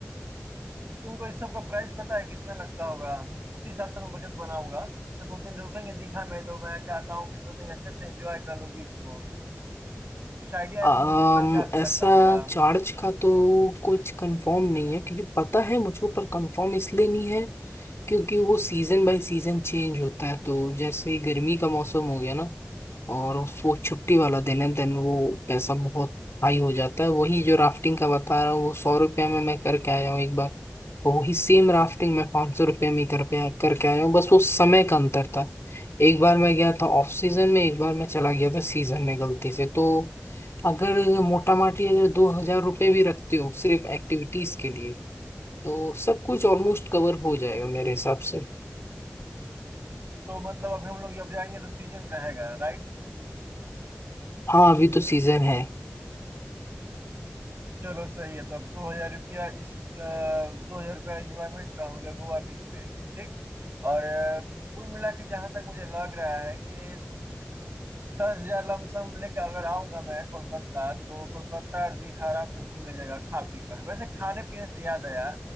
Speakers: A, on the right; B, on the left.
A: अच्छा तुमको इस सब का प्राइस पता है कितना लगता होगा उसी हिसाब से मैं बजट बनाऊंगा जैसे दो दिन रुकेंगे दीघा में तो मैं चाहता हूँ कि दो दिन अच्छे से एंजॉय कर लूँ बीच को कुछ आइडिया है
B: आम,
A: तुमको कितना चार्ज
B: ऐसा
A: लगता होगा
B: चार्ज का तो कुछ कंफर्म नहीं है क्योंकि पता है मुझको पर कंफर्म इसलिए नहीं है क्योंकि वो सीजन बाय सीजन चेंज होता है तो जैसे ही गर्मी का मौसम हो गया ना और उस वो छुट्टी वाला दिन है देन वो पैसा बहुत हाई हो जाता है वही जो राफ्टिंग का बता रहा हूँ वो सौ रुपया में मैं करके आया हूँ एक बार और वही सेम राफ्टिंग मैं पाँच सौ रुपये में कर पे करके आया हूँ बस वो समय का अंतर था एक बार मैं गया था ऑफ सीजन में एक बार मैं चला गया था सीजन में गलती से तो अगर मोटा माटी अगर दो हजार रुपये भी रखते हो सिर्फ एक्टिविटीज के लिए तो सब कुछ ऑलमोस्ट कवर हो जाएगा मेरे हिसाब से
A: तो मतलब अभी हम लोग जब जाएंगे तो सीजन रहेगा राइट
B: हाँ अभी तो सीजन है
A: चलो सही है तो अब दो हजार रुपया इस अ, दो हजार रुपया इंजॉयमेंट का हो गया गोवा बीच पे ठीक और अ, कुल मिला के जहां तक मुझे लग रहा है कि दस हजार लमसम लेके अगर आऊंगा मैं कोलकाता तो कोलकाता और दीघा आराम से घूम लीजिएगा खा पी कर वैसे खाने पीने से याद आया